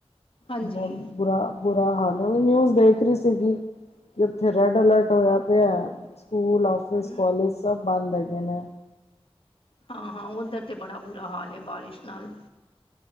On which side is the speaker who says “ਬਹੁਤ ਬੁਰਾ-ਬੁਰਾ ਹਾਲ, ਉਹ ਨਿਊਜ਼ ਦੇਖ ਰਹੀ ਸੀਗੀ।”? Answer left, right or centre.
Left